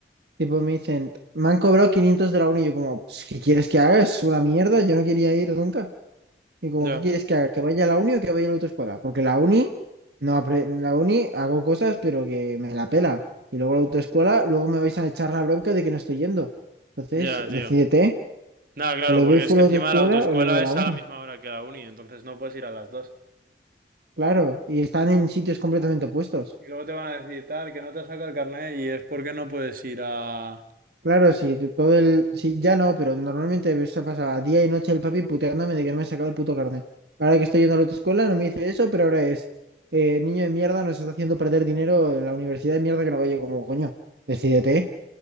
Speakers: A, on the right; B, on the right.
A: tipo me dicen, me han cobrado 500 de la uni y yo como, "Pues, ¿qué quieres que haga? Es una mierda, yo no quería ir nunca. Y como,
B: Ya,
A: ¿qué quieres que haga? ¿Que vaya a la uni o que vaya a la otra escuela? Porque la uni, no apre- la uni hago cosas pero que me la pela. Y luego la autoescuela, luego me vais a echar la bronca de que no estoy yendo. Entonces,
B: Ya, tío.
A: decídete,
B: Nada, claro,
A: o le
B: porque
A: voy full
B: es que
A: a la
B: encima
A: autoescuela
B: la autoescuela
A: o le voy a la
B: es
A: uni.
B: a la misma hora que la uni, entonces no puedes ir a las dos.
A: Claro, y están en sitios completamente opuestos.
B: y luego te van a decir tal, que no te saca el carnet y es porque no puedes ir a...
A: Claro, sí, de todo el... Sí, ya no, pero normalmente se pasaba día y noche el papi puteándome de que no me sacaba el puto carnet. Ahora que estoy yendo a la autoescuela no me dice eso, pero ahora es... eh, niño de mierda nos está haciendo perder dinero en la universidad de mierda que no vaya como coño. Decídete.